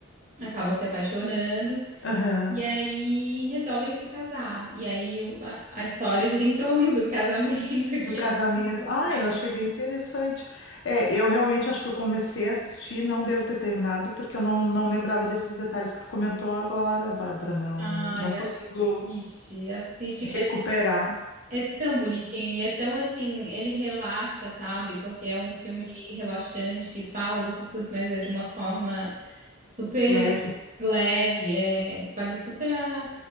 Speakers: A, on the right; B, on the left.
A: Acabam se apaixonando
B: aham.
A: e aí resolvem se casar. E aí o- a, a história gira em torno do casamento, <laughs>
B: Do
A: que
B: casamento.
A: é muito engraçado.
B: Ah, eu achei bem interessante. É, eu realmente acho que eu comecei a assistir, não devo ter terminado, porque eu não, não lembrava desses detalhes que tu comentou agora, Bárbara. Não,
A: Ai,
B: não consigo
A: assiste, assiste
B: recuperar.
A: que é, é tão bonitinho e é tão assim, ele relaxa, sabe? Porque é um filme relaxante que fala dessas coisas, mas é de uma forma super
B: Leve.
A: leve, é, vale super a,